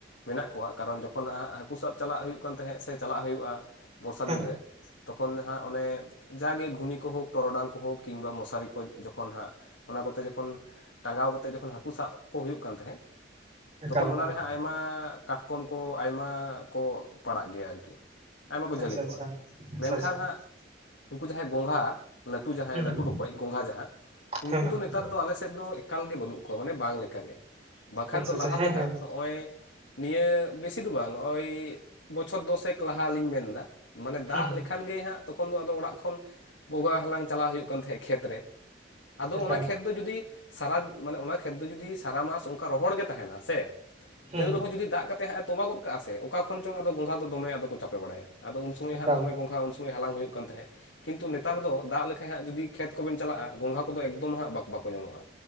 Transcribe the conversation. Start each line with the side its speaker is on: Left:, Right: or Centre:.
Left: ᱢᱮᱱᱟᱜ ᱠᱚᱣᱟ ᱠᱟᱨᱚᱱ ᱡᱚᱠᱷᱚᱱ ᱦᱟᱹᱠᱩ ᱥᱟᱵ ᱪᱟᱞᱟᱜ ᱦᱩᱭᱩᱜ ᱠᱟᱱ ᱛᱟᱦᱮᱸᱜ ᱥᱮ ᱪᱟᱞᱟᱜ ᱦᱩᱭᱩᱜ-ᱟ ᱵᱚᱨᱥᱟ
Right: ᱦᱮᱸ
Left: ᱫᱤᱱ ᱨᱮ ᱛᱚᱠᱷᱚᱱ ᱦᱟᱜ ᱚᱱᱮ ᱡᱟ ᱜᱮ ᱜᱷᱩᱱᱤ ᱠᱚ ᱦᱳᱠ ᱛᱚᱨᱚᱰᱟᱝ ᱠᱚ ᱦᱳᱠ ᱠᱤᱢᱵᱟ ᱢᱚᱥᱟᱨᱤ ᱠᱚ ᱡᱚᱠᱷᱚᱱ ᱦᱟᱸᱜ ᱚᱱᱟ ᱠᱚᱛᱮ ᱡᱚᱠᱷᱚᱱ ᱴᱟᱸᱜᱟᱣ ᱠᱟᱛᱮᱜ ᱡᱚᱠᱷᱚᱱ ᱦᱟᱹᱠᱩ ᱥᱟᱵ ᱠᱚ ᱦᱩᱭᱩᱜ ᱠᱟᱱ ᱛᱟᱦᱮᱸᱫ
Right: ᱮᱠᱟᱞ
Left: ᱛᱚ ᱠᱷᱚᱱ
Right: ᱮᱠᱟᱞ
Left: ᱚᱱᱟ ᱨᱮ ᱦᱚᱸ ᱟᱭᱢᱟ ᱠᱟᱴᱠᱚᱢ ᱠᱚ ᱟᱭᱢᱟ ᱠᱚ ᱯᱟᱲᱟᱜ ᱜᱮᱭᱟ ᱟᱨᱠᱤ ᱟᱭᱢᱟ ᱠᱚ ᱡᱷᱟᱹᱞᱤ
Right: ᱟᱪᱪᱷᱟ
Left: ᱠᱚᱜ-ᱟ
Right: ᱟᱪᱪᱷᱟ ᱟᱪᱪᱷᱟ
Left: ᱢᱮᱱ
Right: ᱟᱪᱪᱷᱟ
Left: ᱠᱷᱟᱱ ᱦᱟᱸᱜ ᱩᱱᱠᱩ ᱡᱟᱦᱟᱸᱭ ᱜᱚᱝᱜᱷᱟ ᱞᱟᱹᱴᱩ ᱡᱟᱦᱟᱸᱭ
Right: ᱦᱩᱸ
Left: ᱞᱟᱹᱴᱩ ᱨᱚᱠᱚᱡ ᱜᱚᱝᱜᱷᱟ ᱡᱟᱦᱟᱸ ᱩᱱᱠᱩ
Right: ᱦᱮᱸ ᱦᱮᱸ
Left: ᱫᱚ ᱱᱮᱛᱟᱨ ᱫᱚ ᱟᱞᱮᱥᱮᱫ ᱫᱚ ᱮᱠᱟᱞ ᱜᱮ ᱵᱟᱹᱱᱩᱜ ᱠᱚᱣᱟ ᱢᱟᱱᱮ ᱵᱟᱝ ᱞᱮᱠᱟ ᱜᱮ ᱵᱟᱠᱷᱟᱱ
Right: ᱟᱪᱪᱷᱟ
Left: ᱫᱚ
Right: ᱟᱪᱪᱷᱟ
Left: ᱞᱟᱦᱟ
Right: ᱦᱮᱸ
Left: ᱛᱮ ᱦᱟᱸᱜ
Right: ᱦᱮᱸ
Left: ᱦᱚᱸᱜ-ᱚᱭ ᱱᱤᱭᱟᱹ ᱵᱮᱥᱤ ᱫᱚ ᱵᱟᱝ ᱳᱭ ᱵᱚᱪᱷᱚᱨ ᱫᱚᱥᱮᱠ ᱞᱟᱦᱟ ᱞᱤᱧ ᱢᱮᱱ ᱮᱫᱟ ᱢᱟᱱᱮ ᱫᱟᱜ
Right: ᱦᱩᱸ
Left: ᱞᱮᱠᱷᱟᱱ ᱜᱮ ᱦᱟᱸᱜ ᱛᱚᱠᱷᱚᱱ ᱫᱚ ᱟᱫᱚ ᱚᱲᱟᱜ ᱠᱷᱚᱱ ᱜᱚᱜᱷᱟ ᱦᱟᱞᱟᱝ ᱪᱟᱞᱟᱜ ᱦᱩᱭᱩᱜ ᱠᱟᱱ ᱛᱟᱦᱮᱸᱫ ᱠᱷᱮᱛᱨᱮ ᱟᱫᱚ
Right: ᱮᱠᱟᱞ
Left: ᱚᱱᱟ ᱠᱷᱮᱛ ᱫᱚ ᱡᱩᱫᱤ ᱥᱟᱨᱟ ᱢᱟᱱᱮ ᱚᱱᱟ ᱠᱷᱮᱛᱽᱫᱚ ᱡᱩᱫᱤ ᱥᱟᱨᱟ ᱢᱟᱥ ᱚᱱᱠᱟ ᱨᱚᱦᱚᱲ ᱜᱮ ᱛᱟᱦᱮᱱᱟ ᱥᱮ
Right: ᱦᱩᱸ
Left: ᱛᱟᱹᱨ ᱨᱮᱦᱚᱸ ᱡᱩᱫᱤ ᱫᱟᱜ ᱠᱟᱛᱮ ᱦᱟᱜ ᱮ ᱛᱚᱢᱦᱟᱣ ᱜᱚᱫ ᱠᱟᱜ-ᱟ ᱥᱮ ᱚᱠᱟ ᱠᱷᱚᱱ ᱪᱚᱝ ᱟᱫᱚ ᱜᱚᱸᱝᱷᱟ ᱫᱚᱢᱮ ᱟᱫᱚ ᱠᱚ ᱪᱟᱯᱮ ᱵᱟᱲᱟᱭᱟ ᱟᱫᱚ ᱩᱱ ᱥᱚᱢᱚᱭ
Right: ᱮᱠᱟᱞ
Left: ᱦᱟᱸᱜ ᱫᱚᱢᱮ ᱠᱚᱝᱠᱷᱟ ᱩᱱ ᱥᱚᱢᱚᱭ ᱦᱟᱞᱟᱝ ᱦᱩᱭᱩᱜ ᱠᱟᱱ ᱛᱟᱦᱮᱸᱫ ᱠᱤᱱᱛᱩ ᱱᱮᱛᱟᱨ ᱫᱚ ᱫᱟᱜ ᱞᱮᱠᱷᱟᱡ ᱦᱟᱜ ᱡᱩᱫᱤ ᱠᱷᱮᱛ ᱠᱚᱵᱮᱱ ᱪᱟᱞᱟᱜ-ᱟ ᱜᱚᱝᱜᱷᱟ ᱠᱚ ᱫᱚ ᱮᱠᱫᱚᱢ ᱦᱟᱸᱜ ᱵᱟᱠᱚ ᱧᱟᱢᱚᱜ-ᱟ